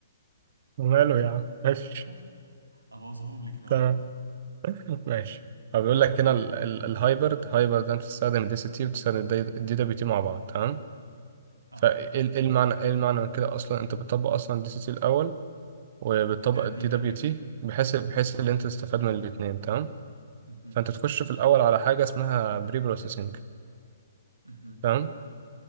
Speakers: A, on the right (about 40°); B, on the right (about 80°).
A: وماله يا عم ماشي
B: <laughs> الوظهم لي كده
A: تمام
B: بقى
A: ماشي هو بيقول لك هنا ال- ال- الهايبرد هايبرد ده بتستخدم الدي سي تي وبتستخدم الدي دبليو تي مع بعض تمام
B: اها
A: فايه ال- إيه المعنى ايه المعنى من كده اصلا انت بتطبق اصلا الدي سي تي الاول وبالطبق
B: وبعد كده
A: الدي
B: دي دبليو
A: دبليو تي
B: تي
A: بحيث بحيث ان انت تستفاد من الاثنين تمام
B: مهم.
A: فانت تخش في الاول على حاجه اسمها بري بروسيسنج
B: مهم.
A: تمام